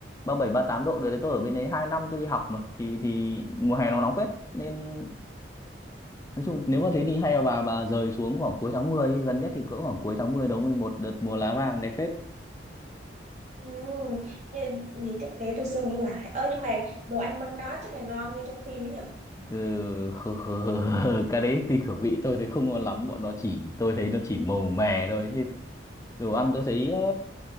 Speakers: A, on the left; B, on the right.
A: ba bảy ba tám độ đấy đấy, tôi ở bên đấy 2 năm tôi đi học mà thì thì mùa hè nó nóng phết nên nói chung nếu mà thế thì hay là bà bà rời xuống khoảng cuối tháng 10 đi. gần nhất thì cỡ khoảng cuối tháng 10 đầu 11 đợt mùa lá vàng đẹp phết
B: Ừ, như, như chắc để tôi suy nghĩ lại ơ nhưng mà đồ ăn bên đó chắc là ngon như trong phim ấy nhở
A: ừ, <laughs> cái đấy tùy khẩu vị tôi thấy không ngon lắm bọn nó chỉ tôi thấy nó chỉ màu mè thôi chứ đồ ăn tôi thấy ờ,